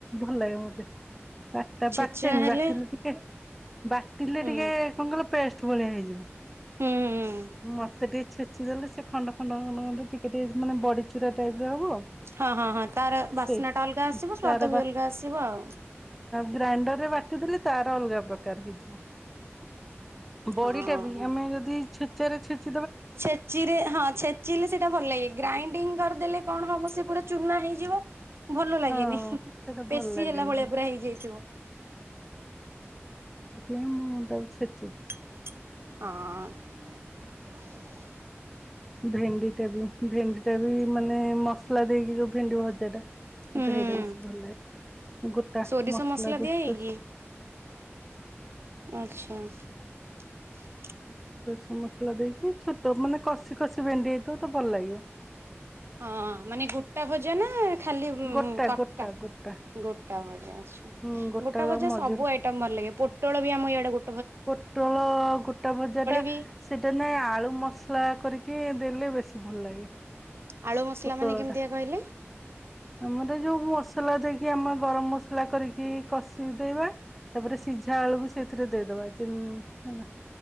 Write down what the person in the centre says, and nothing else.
ଭଲ ଲାଗେ ମତେ। ବାଟା
ବାଟେନି,
ବାଟିଲେ ଟିକେ ବାଟିଲେ
ଟିକେ କଅ କଇଲ? ପେଷ୍ଟ ଭଳିଆ ହେଇଯିବ।
ମତେ ଟିକେ ଛେଚିଦଲେ, ସେ ଖଣ୍ଡ ଖଣ୍ଡ ଖଣ୍ଡ ଖଣ୍ଡ ଟିକେ ଟିକେ ମାନେ ବଡିଚୁରା ଟାଇପ ର ହବ
ସେଇଠି
ତାର
ଗ୍ରାଇଣ୍ଡର ରେ ବାଟିଦେଲେ ତାର ଅଲଗା ପ୍ରକାର ହେଇଯିବ। <inaudible> ବଡି
ଟା ବି, ଆମେ ଯଦି ଛେଚାରେ ଛେଚି
ହଁ
ସେଇଟା ଭଲ
ଲାଗେନି
ହଁ
ସେଥିପାଇଁ ମୁଁ ତାକୁ ଛେ
ଭେଣ୍ଡିଟା ବି ଭେଣ୍ଡିଟା ବି ମାନେ ମସଲା ଦେଇକି ଯୋଉ ଭେଣ୍ଡି ଭଜା ଟା?
ମତେ ସେଇଟା ବେଶୀ ଭଲ ଲାଗେ। ଗୋଟା
ମସଲା ଦେ
<inaudible>
ରସୁଣ ମସଲା ଦେଇକି, ଛୋଟ ମାନେ କଷି କଷି ଭେଣ୍ଡି ହେଇଥବ ତ ଭଲ ଲାଗିବ।
ଗୋଟା
ଗୋଟା ଗୋଟା
ହୁଁ
ମଝିରୁ
ପୋଟଳ ଗୋଟା ଭଜା ଟା,
ସେଟା ନାଇ ଆଳୁ ମସଲା କରିକି କିଏ ଦେଲେ ବେଶୀ ଭଲ ଲାଗେ। <inaudible>
ପୋଟଳ
ଟା।
ଆମର ଯୋଉ ମସଲା ଦେଇକି, ଆମେ ଗରମ ମସଲା। ମସଲା କରିକି କଷିଦେବା, ତାପରେ ସିଝା ଆଳୁକୁ ସେଇଥିରେ ଦେଇଦବା। ଇ ହେଲା?